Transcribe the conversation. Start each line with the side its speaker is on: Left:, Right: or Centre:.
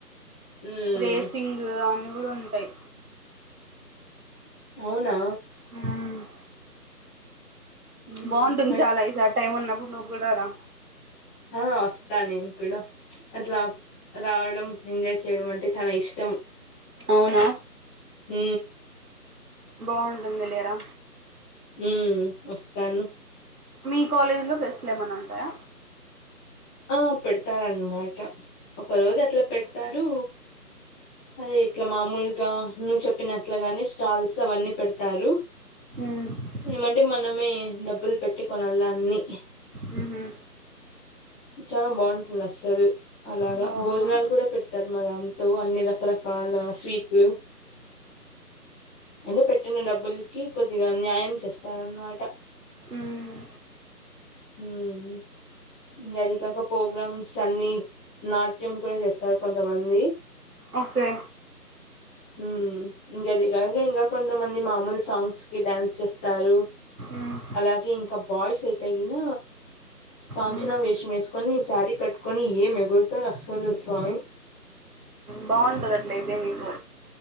Centre: ఉమ్
Right: రేసింగ్ అ కూడ ఉంటాయ్
Centre: అవునా
Right: హ్మ్
Centre: ఉమ్
Right: బాగుంటుంది
Centre: అయి-
Right: చాల ఈసారి టైం ఉన్నప్పుడు నువ్ గుడ రా
Centre: ఆ వస్తా నేను కూడా అట్లా రావడం ఎంజాయ్ చేయడం అంటే చాలా ఇష్టం.
Right: చ్ అవునా
Centre: ఊ
Right: బాగుంటుంది లేరా
Centre: ఉమ్ వస్తాను
Right: మీ కాలేజ్ లో ఫెస్ట్ లేమన టాయ
Centre: ఆ పెడతారన్నమాట ఒక రోజు అట్లా పెడతారు. అదే ఇట్లా మామూలుగా నువ్వు చెప్పినట్లుగానే స్టాల్స్ అవన్నీ పెడతారు.
Right: ఊహు
Centre: ఏమంటే మనమే డబ్బులు పెట్టి కొనాల్ల అన్నీ
Right: ఊ హు
Centre: చాలా బాగుంటుంది అస్సలు అలాగా
Right: నువ్వు అవునా
Centre: భోజనాలు కూడా పెడతారు మా దా తో అన్ని రకల పాల స్వీట్లు అంటే పెట్టిన డబ్బు బల్కి కొద్దిగా న్యాయం చేస్తారన్నమాట.
Right: ఉమ్
Centre: ఊ హ ఇంకా అది కాక ప్రోగ్రామ్స్ అన్ని నాట్యం కూడా చేస్తారు కొంతమంది.
Right: ఓకే
Centre: ఊ ఇంకా అది కాక ఇంకా కొంతమంది మామూలు సాంగ్స్ కి డ్యాన్స్ చేస్తారు.
Right: మ్మ్
Centre: అలాగే ఇంకా బాయ్స్ అయితేగిన కా నచ్చిన
Right: మ్మ్
Centre: వేషం వేసుకొని శారీ కట్కొని ఏం ఎగురుతారు. అస్సులు స్వామి
Right: బాగుంటుందిట్లయితే మీకు